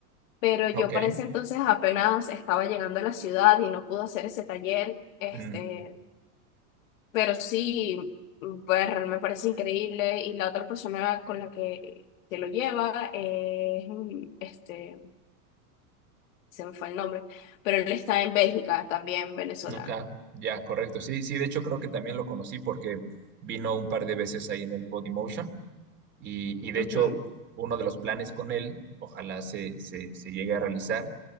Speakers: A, on the left; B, on the right.
A: pero yo
B: Ok.
A: para ese entonces apenas estaba llegando a la ciudad y no pude hacer ese taller. Este,
B: Mm.
A: Pero sí, pues me parece increíble. Y la otra persona con la que, que lo lleva es, mm, este, se me fue el nombre, pero él está en Bélgica, también venezolano.
B: Acá, ya, correcto. Sí, sí, de hecho creo que también lo conocí porque vino un par de veces ahí en el Body Motion y, y de
A: Ujú,
B: hecho uno de los planes con él, ojalá se, se, se llegue a realizar,